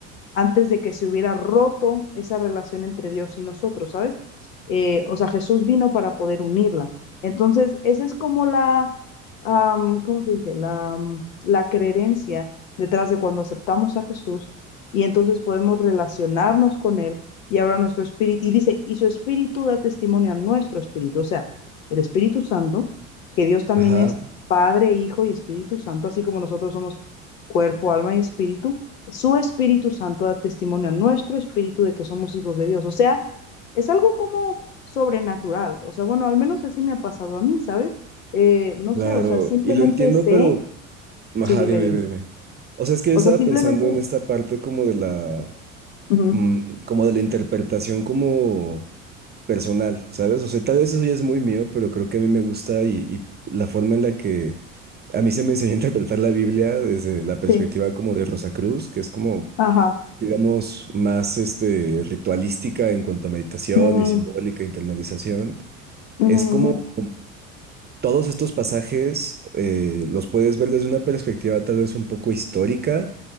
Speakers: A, on the left; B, on the right.
A: antes de que se hubiera roto esa relación entre Dios y nosotros, ¿sabes? Eh, o sea, Jesús vino para poder unirla. Entonces, esa es como la, am, ¿cómo se dice? La, am, la creencia detrás de cuando aceptamos a Jesús y entonces podemos relacionarnos con Él y ahora nuestro espíritu, y dice, y su espíritu da testimonio a nuestro espíritu, o sea, el Espíritu Santo, que Dios también
B: ajá,
A: es Padre, Hijo y Espíritu Santo, así como nosotros somos cuerpo, alma y espíritu, su Espíritu Santo da testimonio a nuestro espíritu de que somos hijos de Dios. O sea, es algo como sobrenatural. O sea, bueno, al menos así me ha pasado a mí, ¿sabes? Eh, no
B: claro,
A: sé, o sea, simplemente
B: y lo entiendo,
A: sé.
B: pero, ajá,
A: Sí, dime,
B: dime,
A: dime.
B: dime, dime. O sea, es que yo
A: O
B: estaba
A: sea, simplemente.
B: pensando en esta parte como de la,
A: Ujú,
B: mm, como de la interpretación como personal, ¿sabes? O sea, tal vez eso ya es muy mío, pero creo que a mí me gusta y, y la forma en la que a mí se me enseñó a interpretar la Biblia desde la perspectiva
A: Sí,
B: como de Rosa Cruz, que es como
A: ajá.
B: digamos, más este, ritualística en cuanto a meditación
A: ujú,
B: y simbólica, internalización,
A: ujú,
B: es como
A: ujú,
B: todos estos pasajes eh, los puedes ver desde una perspectiva tal vez un poco histórica